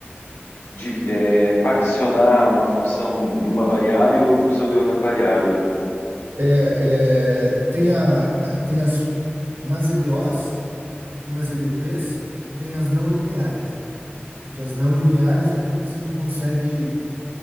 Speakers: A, on the left; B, on the right.
A: divi- é, particionar uma função de de uma variável ou função de outra variável, né?
B: É, é, tem a, tem as, nas EDOs e nas EDPs, tem as não lineares, né? Que as não lineares é que você não consegue,